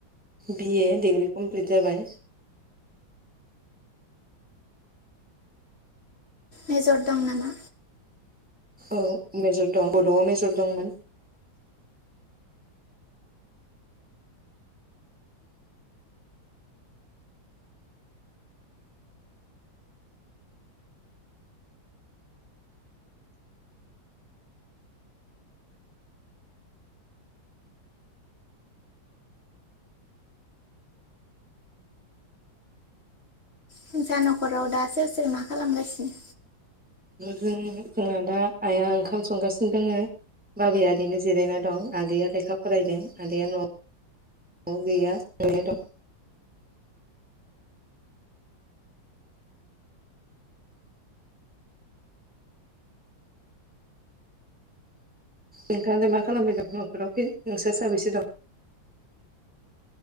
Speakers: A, in the centre; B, on the left.
A: बि ए डिग्रि कमप्लिट जाबाय
B: मेजर दं नामा
A: औ मेजर दं बद'आव मेजर दंमोन
B: नोंसा न'खराव दा सोर सोर मा खालामगासिनो
A: जोंहा दा आइआ ओंखाम संगासिनो दोङो बाबाया ओरैनो जिरायना दं आगैया लेखा फरायदों आदाया न' न'आव गैया दं नोंथालाय मा खालामबाय दं न'खराव फै नोंसोर साबैसे दं